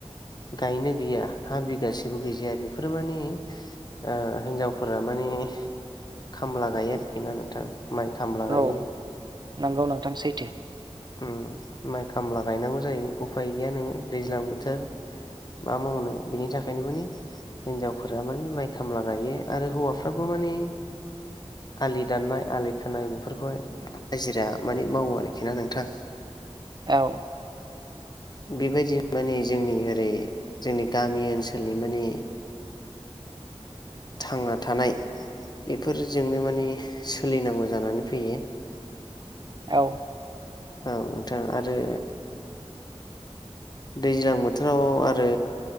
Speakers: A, on the left; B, on the right.
A: गायनो गैया हा बिगासेबो गैजाया बेफोर माने ओ हिनजावफोरा माने खामला गायो आरोखि ना नोंथां माइ खामला
B: औ
A: गायो
B: नंगौ नोंथां सैथो।
A: ओम माइ खामला गायनांगौ जायो उफाय गैया नोङो दैज्लां बोथोर मा मावनो बिनि थाखायनो माने हिनजावफोरा माने माइ खामला गायो आरो हौवाफ्राबो माने आलि दाननाय आलि खोनाय बेफोरखौहाय हाजिरा माने मावो आरोखि ना नों <inaudible>
B: औ
A: बेबायदिनो माने जोंनि ओरै जोंनि गामि ओनसोलनि माने
B: <inaudible>
A: थांना थानाय बेफोरजोंनो माने सोलिनांगौ जानानै फैयो
B: औ
A: औ नोंथां आरो
B: <inaudible>
A: दैज्लां बोथोराव आरो